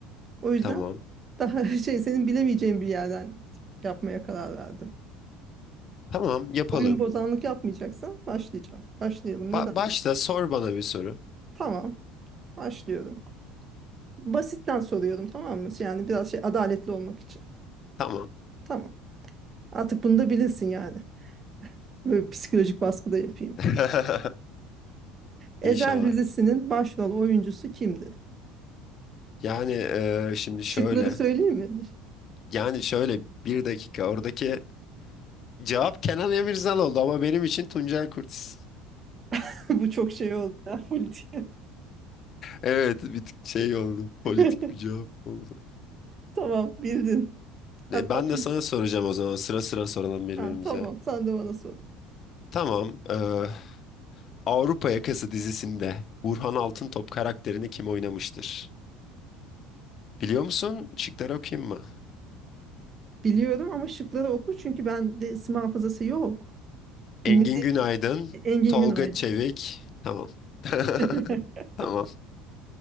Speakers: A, on the right; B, on the left.
A: O yüzden
B: Tamam.
A: daha <laughs> şey senin bilemeyeceğin bir yerden yapmaya karar verdim.
B: Tamam, yapalım.
A: Oyun bozanlık yapmayacaksan başlayacağım. Başlayalım. Neden?
B: Ba- başla sor bana bir soru.
A: Tamam. Başlıyorum. Basitten soruyorum tamam mı? Yani biraz şey adaletli olmak için.
B: Tamam.
A: Tamam. Artık bunu da bilirsin yani. Böyle psikolojik baskı da yapayım.
B: <laughs>
A: Ezel
B: İnşallah.
A: dizisinin başrol oyuncusu kimdir?
B: Yani e, şimdi
A: Şıkları
B: şöyle.
A: söyleyeyim mi?
B: Yani şöyle bir dakika. Oradaki cevap Kenan Emirzal oldu ama benim için Tuncel Kurtiz. <laughs>
A: <laughs> Bu çok şey oldu ya. <laughs> politik.
B: Evet, bir tık şey oldu. Politik
A: <laughs>
B: bir cevap oldu.
A: Tamam bildin. Hatta
B: E, Ben
A: Tunç-
B: de sana soracağım o zaman. Sıra sıra soralım birbirimize.
A: ha, tamam sen de bana sor.
B: Tamam. e, Avrupa Yakası dizisinde Burhan Altıntop karakterini kim oynamıştır? Biliyor musun? Şıkları okuyayım mı?
A: Biliyorum ama şıkları oku çünkü bende isim hafızası yok.
B: Engin
A: Bilmediğim
B: Günaydın,
A: Engin
B: Tolga
A: Günaydın.
B: Çevik. Tamam. <laughs>
A: <laughs>
B: Tamam.